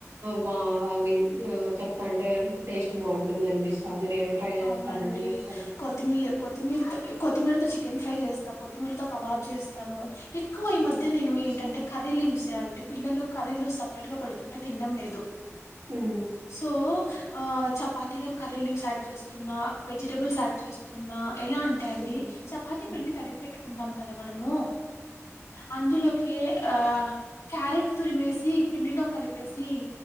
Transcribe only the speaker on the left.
అవునండి
కొత్తిమీర కొత్తిమీరతో కొత్తిమీరతో చికెన్ ఫ్రై చేస్తాను కొత్తిమీరతో కబాబ్ చేస్తాను ఎక్కువ ఈ మధ్య నేను ఏంటంటే కర్రీలు చూసా అంటడి పిల్లలు కర్రీలు సపరేట్ గా పెడుతుంటే తినడం లేదు
సో ఆ చపాతిలో కర్రీలు యాడ్ చేస్తున్నా వెజిటబుల్స్ యాడ్ చేస్తు ఆ ఎలా అంటా అండి
చపాతి పిండి తడిపి పెట్టుకు కదా మనము అందులోకి ఆ క్యారెట్ తురిమేసి పిండిలో కలిపేసి